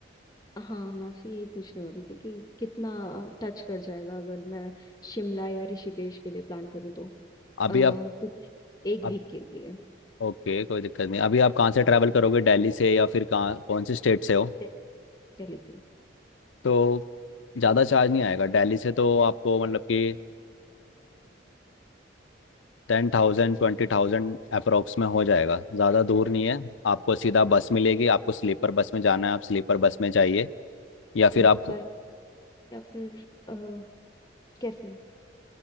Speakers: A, on the left; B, on the left.
A: हाँ मैं आपसे यही पूछने वाली थी कि कितना टच कर जाएगा अगर मैं शिमला या ऋषिकेश के लिए प्लान करूँ तो
B: अभी
A: अ, कुछ एक
B: आप
A: वीक के लिए
B: ओके कोई दिक्कत नहीं अभी आप कहाँ से ट्रैवल करोगे दिल्ली से या फिर कहाँ कौन से स्टेट से हो
A: दिल्ली दिल्ली से
B: तो ज़्यादा चार्ज नहीं आएगा दिल्ली से तो आपको मतलब कि टेन थाउजेंड ट्वेंटी थाउजेंड अप्रोक्स में हो जाएगा ज़्यादा दूर नहीं है आपको सीधा बस मिलेगी आपको स्लीपर बस में जाना है आप स्लीपर बस में जाइए या
A: लाइक
B: फिर आप
A: पर पर्सन या फिर अ, कैसे